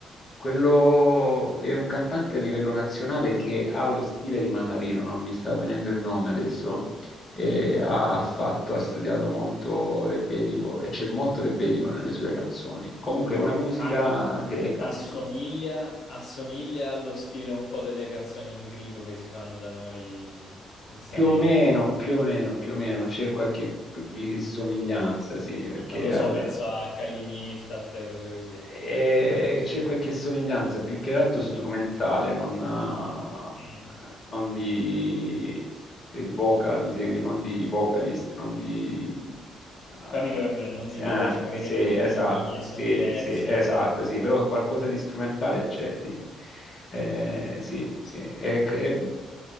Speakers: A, on the left; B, on the left.
A: Quello è un cantante a livello nazionale che ha lo stile di Mannarino, non mi sta venendo il nome adesso. e ha fatto, ha studiato molto rebetiko e c'è molto rebetiko nelle sue canzoni. Comunque è una musica
B: ma,
A: greca,
B: ma
A: diciamo.
B: assomiglia, assomiglia allo stile un po' delle canzoni in grigo che si fanno da noi in Salento.
A: Più o meno, più o meno, più o meno c'è qualche vi- somiglianza, sì, perché
B: Non lo so,
A: al-
B: penso a Calinifta, queste cose così.
A: E c'è qualche somiglianza, più che altro strumentale, non, eh,
B: Mm.
A: non di eh, vocal, mi segui, non di vocalist, non di... eh,
B: Capito, capito, non
A: sì,
B: di
A: eh,
B: voce, magari
A: sì,
B: anche le
A: esatto,
B: melodie sono
A: sì,
B: diverse.
A: sì, esatto, sì, però qualcosa di strumentale c'è, sì. Eh, sì, sì. E- e-